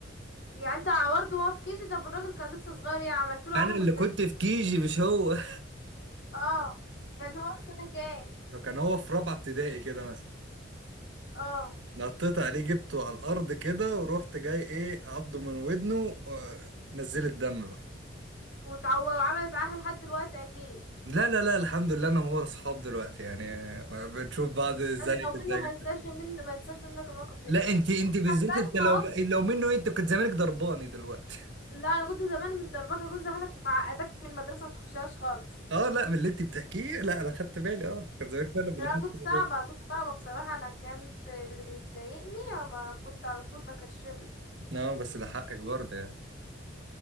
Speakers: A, on the left (about 65°); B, on the right (about 70°).
A: يعني انت عورته وهو في كيجي طب الراجل كان لسه صغير يعني عملت له
B: انا
A: عاهة
B: اللي
A: مستديمة
B: كنت في كيجي مش هو
A: اه كان هو في سنة كام
B: <laughs> فكان هو في رابعه ابتدائي كده مثلا
A: اه
B: نطيت عليه جبته على الارض كده ورحت جاي ايه عضه من ودنه آه، نزل الدم بقى
A: وتعو... وعملت معاها لحد دلوقتي اكيد
B: لا لا لا الحمد لله انا وهو اصحاب دلوقتي يعني آه، بنشوف بعض ازاي
A: انا لو
B: كده
A: منه ما انساش من ما انساش منك الموقف ده
B: لا انت انت
A: لا
B: بالذات
A: أنا كان
B: انت لو
A: مواقف
B: لو منه انت كنت زمانك ضرباني دلوقتي <laughs>
A: لا انا كنت زمان مش ضربك أنا كنت زمانك معقدك من المدرسه ما تخشهاش خالص
B: اه لا من اللي انت بتحكيه لا انا خدت بالي اه كان زمان فعلا من اللي
A: لا
B: خدت
A: أنا كنت
B: بالي
A: صعبه كنت صعبه بصراحه انا كانت اللي بيضايقني اما كنت على طول بكشمله
B: اه بس ده حقك برضه يعني